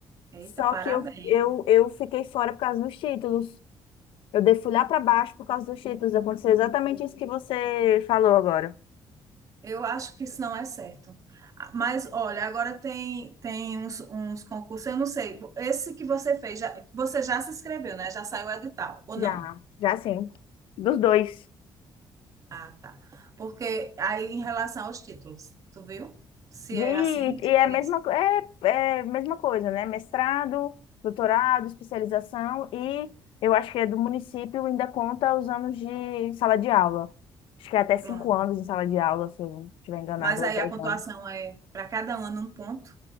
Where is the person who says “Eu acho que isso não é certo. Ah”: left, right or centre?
Right